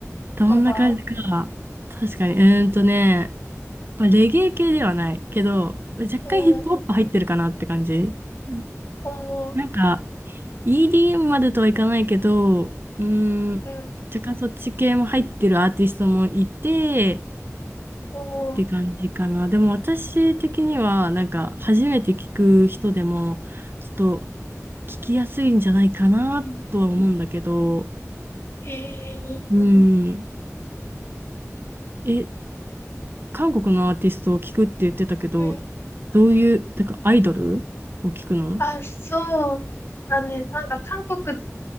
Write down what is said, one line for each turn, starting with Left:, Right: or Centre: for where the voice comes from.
Right: どんな感じか。
Left: のが、
Right: 確かに。うーんとね、まあレゲエ系ではないけど、若干ヒップホップ入ってるかなって感じ。
Left: うん、
Right: うん
Left: おー、
Right: なんか、EDM までとはいかないけど、うーん、
Left: うん、
Right: 若干そっち系も入ってるアーティストもいて、
Left: おー、
Right: って感じかな。でも私的には、なんか、初めて聞く人でも、ちょっと、聞きやすいんじゃないかな、
Left: うん、
Right: とは思うんだけど、
Left: えー、
Right: うん、え、韓国のアーティストを聞くって言ってたけど、
Left: うん、
Right: どういう、てか、アイドルを聞くの
Left: あ、そうだね。なんか、韓国、